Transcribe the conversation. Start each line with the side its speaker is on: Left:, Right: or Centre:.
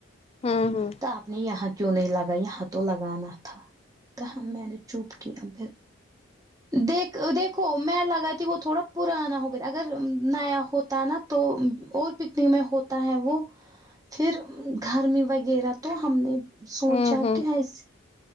Left: ہوں ہوں
Right: تو آپ نے یہاں کیوں نہیں لگا یہاں تو لگانا تھا توا میں نے چپ کیا پھر دیکھ دیکھو میں لگا ت وہ تھوڑا پرانا ہو گیا اگر نیا ہوتا نا تو اور پکنک میں ہوتا ہے وہ پھر گھر میں وغیرہ تو ہم نے سوچا
Left: ہوں ہوں
Right: کہ ایسے